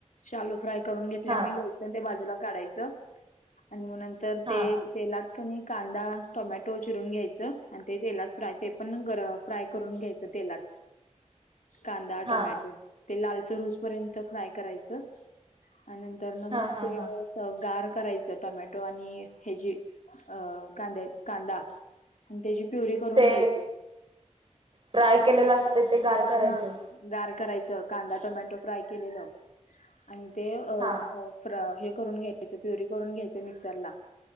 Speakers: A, on the left; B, on the right.
A: शालू फ्राय करून घेतल्या
B: हा
A: वणी घ्यायचा. ते बाजूला काढायचं, आणि मग नंतर
B: हा
A: ते तेलात कणी कांदा टोमॅटो चिरून घ्यायचं आणि ते तेलात फ्राय ते पण गर <unintelligible> फ्राय करून घ्यायचं तेलात. कांदा,
B: हा
A: टोमॅटो ते लालच रूस पर्यंत फ्राय करायचं. आणि नंतर न
B: हा
A: मग
B: हा
A: ते
B: हा
A: गार करायचं टोमॅटो आणि हची अ कांद्या कांदा आणि त्याची प्युरी करून
B: ते
A: घ्यायची.
B: फ्राय केलेलं असत ते गार करायचं.
A: हा गार करायचं कांदा टोमॅटो फ्राय केलेलं आणि ते अ
B: हा
A: फ हे करून घ्यायचं प्युरी करून घ्यायचं मिक्सरला